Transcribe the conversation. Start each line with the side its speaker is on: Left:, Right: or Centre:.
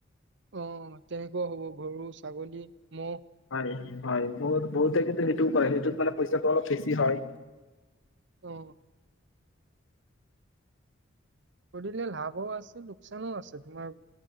Right: অ', তেনেকুৱাও হ'ব গৰু, ছাগলী। ম'হ।
Left: হয় হয়, বহুত-বহুতে কিন্তু সেইটোও কৰে। সেইটোত মানে পইচাটো অলপ বেছি হয়।
Right: অ'। কৰিলে লাভো আছে লোকচানো আছে তোমাৰ।